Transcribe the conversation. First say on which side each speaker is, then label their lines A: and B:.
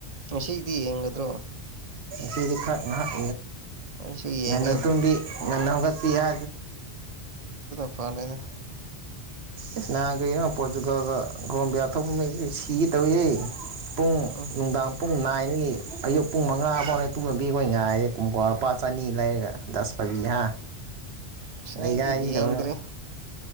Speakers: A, on the right (about 40°); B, on the right (about 65°).
A: ꯃꯁꯤꯒꯗꯤ ꯌꯦꯉꯗ꯭ꯔꯣ
B: ꯆꯤꯗꯈꯥꯏ ꯅꯍꯥꯛ
A: ꯑꯩꯁꯨ ꯌꯦꯡꯒꯦ
B: ꯉ ꯇꯨꯡꯕꯤ ꯉ ꯅꯧꯒꯄꯤ ꯌꯥ
A: ꯐꯅꯦꯅ
B: ꯏꯁꯁ ꯅꯍ ꯀꯩꯅꯣ ꯄꯣꯔꯆꯨꯒꯥꯜꯒ ꯒꯣꯕꯤꯌꯥ ꯊꯣꯛꯄꯩꯗꯤ ꯁꯤꯒ ꯇꯧꯌꯦ ꯄꯨꯡ
A: ꯎꯝ
B: ꯅꯨꯡꯗꯥꯡ ꯄꯨꯡ ꯅꯥꯏꯒꯤ ꯑꯌꯨꯛ ꯄꯨꯡ ꯃꯉꯥ ꯐꯥꯎꯅꯦ ꯇꯨꯝꯅꯕꯤ ꯑꯩꯈꯣꯏ ꯉꯥꯏꯔꯦꯨꯡ ꯂꯨꯄꯥ ꯆꯅꯤ ꯂꯩꯔꯒ ꯗꯁ ꯐꯕꯤꯍꯥ
A: ꯑꯁ
B: ꯂꯩꯒꯥꯏꯒꯤꯗꯧꯅ
A: ꯑꯩꯗꯤ ꯌꯦꯡꯗ꯭ꯔꯦ